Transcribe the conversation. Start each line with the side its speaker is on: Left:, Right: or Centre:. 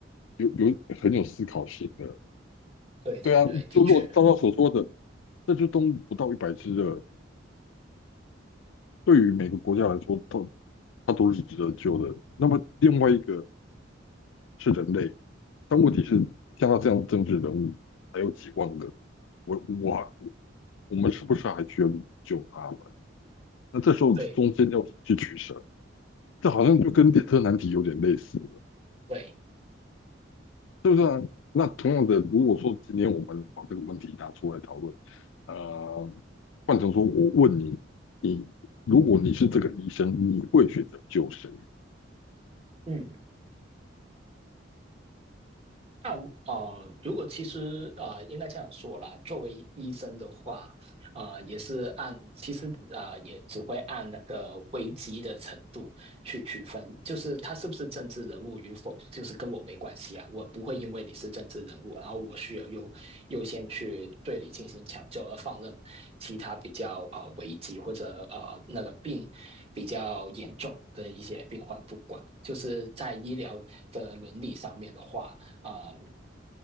Left: 有有很有思考性的。
Right: 对对对，
Left: 对啊，
Right: 的确，
Left: 就如果照他所说的，这只动物不到一百只了，对于每个国家来说，它它都是值得救的。那么另外一个是人类，但问题是像他这样的政治人物还有几万个，我我我们是不是还需要救他们？那这时候中间要怎么去取舍？
Right: 对
Left: 这好像就跟列车难题有点类似的，
Right: 对，
Left: 是不是啊？那同样的，如果说今天我们把这个问题拿出来讨论，呃，换成说我问你，你如果你是这个医生，你会选择救谁？
Right: 嗯。那我呃，如果其实呃，应该这样说啦，作为医生的话，呃，也是按其实呃，也只会按那个危机的程度去区分，就是他是不是政治人物与否，就是跟我没关系啊，我不会因为你是政治人物，然后我需要优优先去对你进行抢救，而放任其他比较啊危机或者呃那个病比较严重的一些病患不管，就是在医疗的伦理上面的话。啊、呃